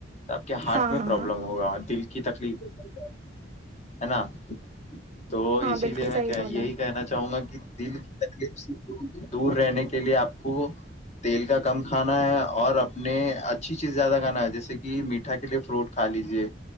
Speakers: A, on the left; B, on the right.
A: تو آپ کے ہارٹ
B: ہاں
A: میں
B: ہاں
A: پروابلم
B: ہاں
A: ہوگا دل کے کی تکلیف ہے نا تو
B: ہاں
A: اسی
B: بالکل
A: لیے میں
B: صحیح بولا
A: یہی کہنا چاہوں گا کہ تلی سے دور رہنے کے لیے آپ کو تیل کا کم کھانا ہے اور اپنے اچھی چیز زیادہ کھانا ہے جیسے کہ میٹھا کے لیے فروٹ کھا لیجے